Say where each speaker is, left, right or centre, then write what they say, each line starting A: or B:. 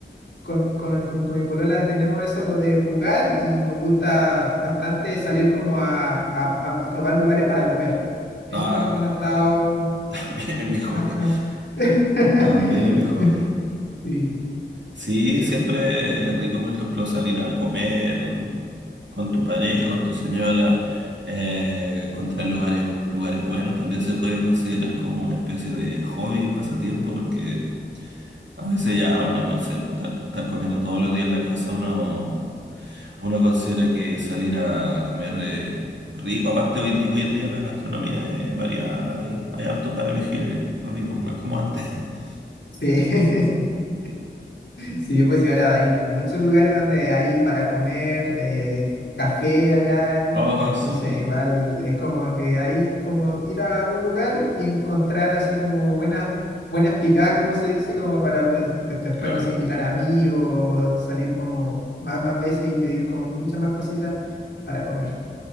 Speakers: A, on the left; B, on the right.
A: con, con, con- con mi polola tenemos eso, lo de jugar y nos gusta bastante salir como a, a, a- a probar lugares para comer. Eso
B: Ah,
A: como que no ha estado,
B: <laughs> también es mi hobby.
A: no ha estado. <laughs>
B: También es mi hobby.
A: Sí.
B: Sí,
A: Sí,
B: siempre es rico, por ejemplo, salir a comer con tu pareja, con tu señora, eh, encontrar lugares, lugares buenos. También se puede considerar como una especie de hobby, pasatiempo, porque a veces ya uno, no sé, pues, estar, estar comiendo todos los días en la casa, uno, uno considera que salir a comer eh, rico. Aparte, hoy, di- hoy en día la gastronomía es variada y hay harto para elegir, es rico, no es como antes. <laughs>
A: Sí. <laughs> Sí, pues y ahora hay muchos lugares donde hay para comer eh, café acá,
B: Ah,
A: entonces
B: sí,
A: igual es como que hay como ir a un lugar y encontrar así como buenas buenas picadas, como se dice, como para pues, de- después,
B: claro.
A: no sé, invitar a amigos o salir como más, más veces y pedir como muchas más cositas para comer.